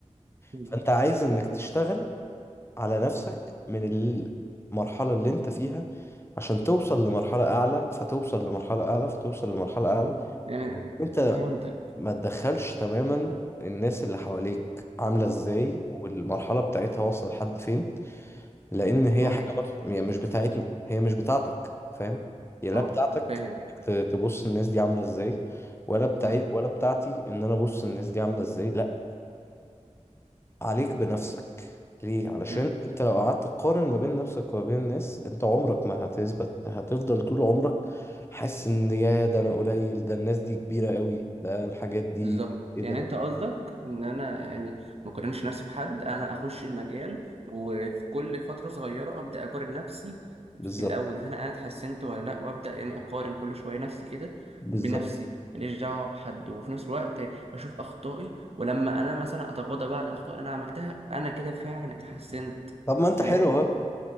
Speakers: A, on the right; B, on the left.
A: م-
B: فانت عايز انك تشتغل على نفسك من المرحلة اللي انت فيها عشان توصل لمرحلة أعلى فتوصل لمرحلة أعلى فتوصل لمرحلة أعلى
A: م. يعني
B: انت
A: فهمتك
B: ما تدخلش تماما الناس اللي حواليك عاملة ازاي والمرحلة بتاعتها واصلة لحد فين لأن هي
A: اه
B: حاجة مت- يعني مش بتاعتنا هي مش بتاعتك فاهم هي لا
A: اه
B: بتاعتك
A: فاهم
B: ت- تبص الناس دي عاملة ازاي ولا بتاعت
A: مم،
B: ولا بتاعتي ان انا ابص الناس دي عاملة ازاي لا عليك بنفسك ليه؟ علشان
A: مم،
B: مم. انت لو قعدت تقارن ما بين نفسك وما بين الناس انت عمرك ما هتثبت هتفضل طول عمرك حاسس ان يا ده انا قليل ده الناس دي كبيرة قوي ده الحاجات دي
A: بالظبط
B: ايه
A: يعني
B: ده
A: انت قصدك ان انا يعني ما اقارنش نفسي بحد انا اخش المجال وفي كل فتره صغيره ابدا اقارن نفسي
B: بالظبط
A: في الاول هل انا اتحسنت ولا لا وابدا يعني اقارن كل شويه نفسي كده
B: بالظبط
A: بنفسي ماليش دعوه بحد وفي نفس الوقت اشوف اخطائي ولما انا مثلا اتغاضى بقى عن الاخطاء اللي انا عملتها انا كده فعلا اتحسنت
B: طب ما انت
A: فاهم
B: حلو اهو